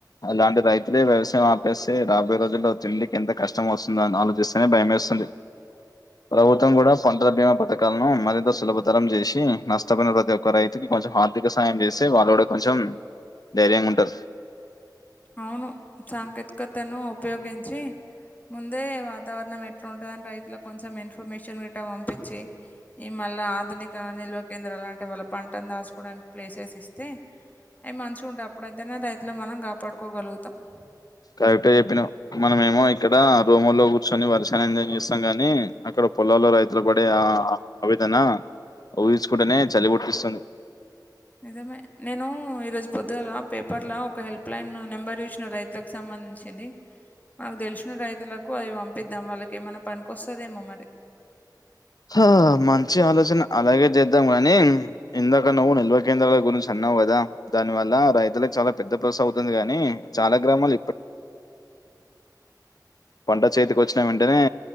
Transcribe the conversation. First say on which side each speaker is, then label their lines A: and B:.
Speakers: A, on the left; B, on the left.
A: అలాంటి రైతులే వ్యవసాయం ఆపేస్తే రాబోయే రోజుల్ తిండికి ఎంత కష్టం వస్తుందో అని ఆలోచిస్తేనే భయమేస్తుంది ప్రభుత్వం కూడా పంటల బీమా పథకాలను మరింత సులభతరం చేసి నష్టపోయిన ప్రతి ఒక్క రైతుకి కొంచెం ఆర్థిక సాయం చేస్తే వాళ్ళు కూడా కొంచెం ధైర్యంగా ఉంటది.
B: అవును సాంకేతికతను ఉపయోగించి ముందే వాతావరణం ఎట్లుంటదని రైతులకు కొంచెం ఇన్ఫర్మేషన్ గట్ట పంపించి ఈ వాళ్ళ ఆధునిక నిల్వ కేంద్రాలు అంటే వాళ్ళ పంటను దాచుకోవడానికి ప్లేసెస్ ఇస్తే అవి మంచిగా ఉంటా అప్పుడేతేనా రైతుల మనం గాపాడుకోగలుగుతాం.
A: కరెక్టే చెప్పినవ్ మనమేమో ఐ ఇక్కడ రూమ్ లో కూర్చొని వర్షాన్ని ఎంజాయ్ చేస్తాం కాని అక్కడ పొలాల్లో రైతులు పడే ఆ ఆవే దాన ఊహించకుంటేనే చలి పుట్టిస్తుంది.
B: నిజమే నేను ఈరోజు పొద్దుగాల పేపర్ లా ఒక హెల్ప్ లైన్ నెంబర్ చూసినా రైతులకు సంబం సంబంధించింది మనకు తెలిసిన రైతులకు అవి పంపిద్దాం వాళ్ళకి ఏమన్నా పనికొస్తాదేమో మరి
A: ఆ మంచి ఆలోచన అలాగే జెద్దాం గాని ఇందాక నువ్వు నిల్వ కేంద్రాల గురించి అన్న అవధ దాని వల్ల రైతులకు చాలా పెద్ద ప్రాసెస్ అవుతుంది గాని చాలా గ్రామాలు ఇప్పటి పంట చేతికి వచ్చిన వెంటనే